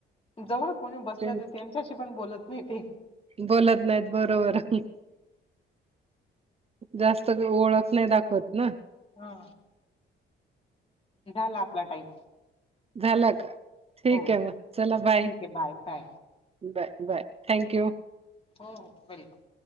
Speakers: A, on the left; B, on the right.
A: जवळ कोणी बसलं
B: तेच
A: तर त्यांच्याशी पण बोलत नाही ते
B: बोलत नाहीत बरोबर ह. जास्त बी ओळख नाही दाखवत ना.
A: हा झाला आपला टाइम.
B: झाला का ठीक
A: हो
B: आहे म चला बाय.
A: ठीक आहे बाय
B: बाय बाय थँक्यू.
A: हो हो वेलकम.